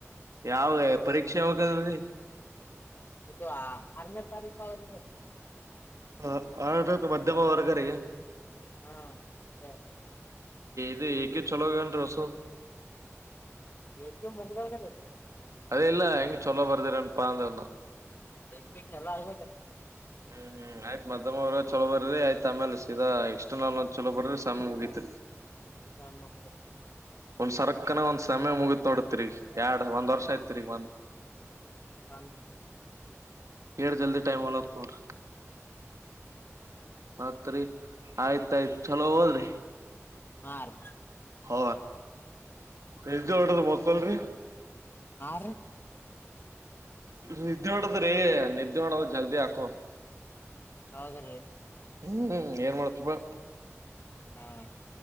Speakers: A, on the right (about 80°); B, on the left (about 45°).
A: ಯಾವ ಪರೀಕ್ಷೆ ಹೋಗದೀ
B: ಇದು ಆರನೇ ತಾರೀಕು ಅವರಿ
A: ಹ ಆ ಮಧ್ಯಮ ವರ್ಗ ರೀ
B: ಹಾ ಮತ್ತೆ
A: ದು ಏಕೆ ಚೊಲೋನ್ ಹೊಸು
B: ಎಕ್ಕೆ ಮಗ್ಲಡೆ
A: ಅದೆೇ ಇಲ್ಲ ಹೆಂಗ ಚಲೋ ಬರ್ದರ ಪಾರ್ಂದಂತ
B: ಪೀ ಚಲ್ಲ ಆ
A: ಹ್ಮ್ ಹ್ಮ್ ಆಯ್ತ್ ಮಧ್ಯಮ್ರ್ಗ ಚಲೋ ಬರ್ರಿ ಆಯ್ತ ಆಮೇಲ್ ಸೀದ ಎಕ್ಸ್ಟರ್ನಲ್ ಚಲ ಬರ್ರಿ ಸಮಯ ಮುಗತ್ರಿ
B: ಸಮಾ
A: ಒಂದ್ ಸರ್ಕನ ಒಂದ್ ಸಮಯ ಮುಗತ್ ನೋಡತ್ರಿಗ ಎರಡ್ ಒಂದ್ ವರ್ಷ ಐತ್ರಿಗ ಒಂದ್
B: ಹ
A: ಏಟ್ ಜಲ್ದಿ ಟೈಮ್ ಹೊಲತಾ ನೋಡು ಮತ್ರಿ ಆಯ್ತಾಯ್ತ್ ಚಲೋ ಹೋದ್ರಿ
B: ಆರ್
A: ಹ ಎದ್ದು ಹೊಡದ ಬಕ್ಕಲ್ರಿ
B: ಹಾ ರೀ
A: ನಿದ್ದೆ ಉಡದ್ರಿ ನಿದ್ದೆ ಉಡದ ಜಲ್ದಿ ಹಾಕು
B: ಹಾಗ್ರೆ
A: ಹ್ಮ್ ಏನ್ ಮಾಡತ್ಪ್ಪಾ
B: ಹಾ